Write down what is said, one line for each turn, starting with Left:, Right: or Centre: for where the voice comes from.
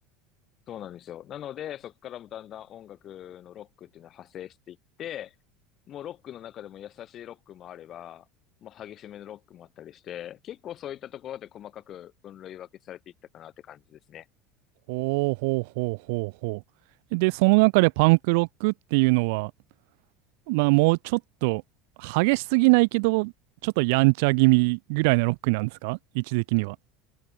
Left: そうなんですよ。なので、そこからもだんだん音楽のロックっていうのは派生していって、もうロックの中でも優しいロックもあれば、もう激しめのロックもあったりして、結構そういったところで細かく分類分けされていったかなって感じですね。
Right: ほうほうほうほうほう。で、その中でパンクロックっていうのは、まあもうちょっと激しすぎないけど、ちょっとやんちゃ気味ぐらいのロックなんですか位置的には。